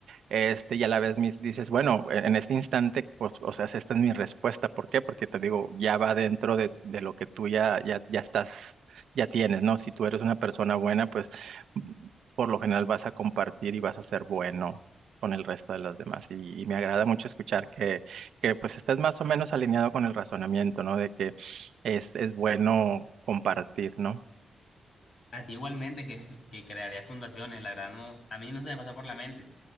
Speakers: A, on the right; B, on the left.
A: este, y a la vez mis, dices, bueno, e-, en este instante, pues, o sea, esta es mi respuesta. ¿Por qué? Porque te digo, ya va dentro de, de lo que tú ya, ya, ya estás, ya tienes, ¿no? Si tú eres una persona buena, pues mm, por lo general vas a compartir y vas a ser bueno con el resto de las demás. Y, y me agrada mucho escuchar que, que pues estés más o menos alineado con el razonamiento, ¿no? De que es, es bueno compartir, ¿no?
B: A ti igualmente que, que crearía fundaciones, la verdad no, a mí no se me pasó por la mente,